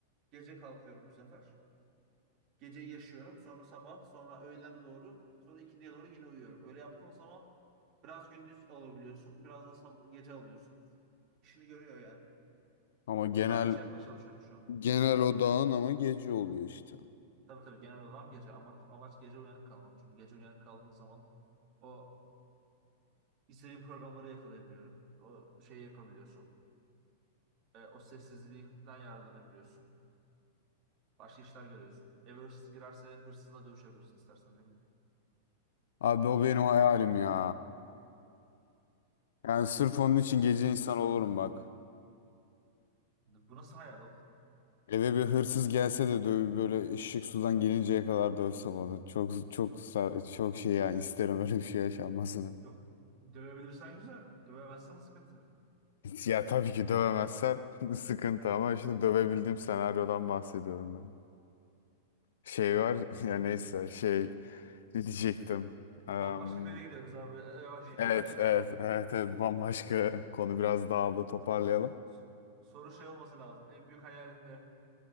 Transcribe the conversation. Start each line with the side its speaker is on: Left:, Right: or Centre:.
Right: Gece kalkıyorum bu sefer. Geceyi yaşıyorum. Sonra sabah, sonra öğlene doğru, sonra ikindiye doğru yine uyuyorum. Öyle yaptığın zaman biraz gündüz alabiliyorsun, biraz da sab- gece alıyorsun. İşini görüyor yani.
Left: Ama genel
Right: O tarz bir şey yapmaya çalışıyorum şu an.
Left: Genel odağın ama gece oluyor işte.
Right: Tabii tabii genel olarak gece. Ama amaç gece uyanık kalmak. Çünkü gece uyanık kaldığın zaman o istediğin programları yakalayabiliyorum. O şeyi yapabiliyorsun. E, o sessizlikten yararlanabiliyorsun. Başka işler görüyorsun. Eve hırsız girerse hırsızla dövüşebilirsin istersen ne bileyim.
Left: abi o benim hayalim ya. Yani sırf onun
Right: Ha-
Left: için gece insan olurum bak.
Right: Bu nasıl hayal
Left: Eve bir hırsız gelse de döv böyle ışık sudan gelinceye kadar dövsem onu. Çok çok sar- çok şey yani isterim öyle bir şey yaşanmasını.
Right: Yok dövebilirsen güzel. Dövemezsen sıkıntı.
Left: <laughs> Ya tabii ki dövemezsen <laughs> sıkıntı ama işte dövebildiğim senaryodan bahsediyorum ben. Şey var <laughs> ya neyse şey diyecektim. Em,
Right: Bambaşka bir yere gidiyoruz abi. <laughs> Yavaş
Left: evet
Right: yavaş yavaş.
Left: evet evet evet bambaşka konu biraz dağıldı toparlayalım.
Right: So- Soru şey olması lazım. En büyük hayalin ne?